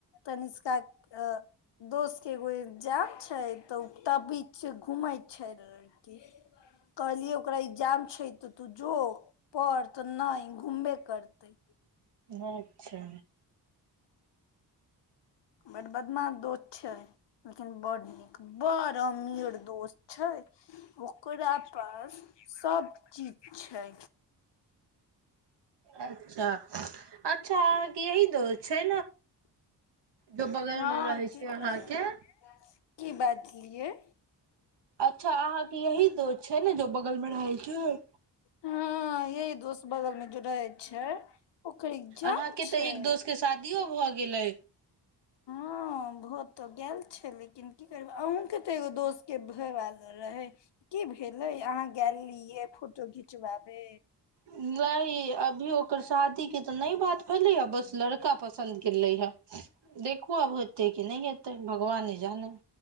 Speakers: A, on the left; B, on the right.
A: तनि <unintelligible> दोस्तके एगो एक्जाम छै तऽ उ बीच घुमैत छै लड़की कहलियै ओकरा एक्जाम छै त तू जो पढ़ त नै घूमबे करतैय
B: अच्छा
A: बड्ड बदमाश दोस्त छै लेकिन बड्ड नीक बड़ अमीर दोस्त छै ओकरा पास सब चीज छै
B: अच्छा अच्छा अहाँके यही दोस्त छै जो बगल
A: हँ
B: मे रहै
A: की
B: छै
A: करब
B: अहाँके
A: की बाजलियै
B: अ अच्छा अहाँके यही दोस्त छै ने जो बगल मे रहै छै
A: हँ यही दोस्त बगल मे जे रहे छै ओकर एग्जाम
B: अहाँ के
A: छै
B: तऽ एक दोस्त के शादियो भ गेलै
A: हँ भ त गाल छै लेकिन की करबै अहुँके तऽ एगो दोस्त के भ आएल रहै की भेलै अहाँ गेलरहियै फोटो घिचबाबे
B: नहि अभी ओकर शादी के तऽ नहि बात भेलैया बस लड़का पसन्द केलियै हाऽ देखू आब हेतै की नहि हेतै भगवाने जाने